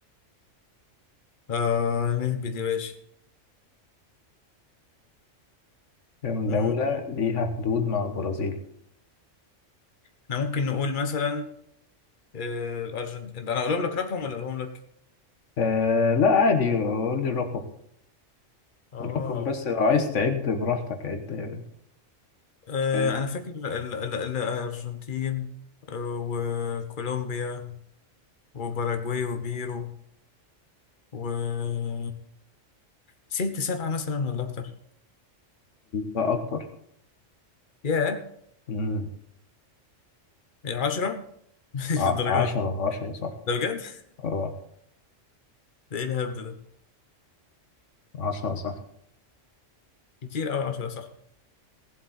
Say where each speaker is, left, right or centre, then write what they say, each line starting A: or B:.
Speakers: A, on the left (about 45°); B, on the left (about 70°).
A: آه نهبد يا باشا
B: كام
A: مم.
B: دولة ليها حدود مع البرازيل
A: احنا ممكن نقول مثلا آه الأرجنتين انا اقولهم لك رقم ولا اقولهم لك؟
B: آه لا عادي قول لي الرقم
A: اه
B: الرقم بس لو عايز تعد براحتك عد يا
A: آه،
B: باشا
A: أنا فاكر ال- ال- ال- الأرجنتين آه، وكولومبيا وباراجواي وبيرو و ست سبعة مثلا ولا أكتر
B: لا أكتر
A: ياه
B: مم.
A: يا عشرة <laughs>
B: ع-
A: للدرجة
B: عشرة
A: دي
B: عشرة صح
A: ده بجد
B: اه
A: ده إيه الهبد ده
B: عشرة صح
A: كتير أوي عشرة صح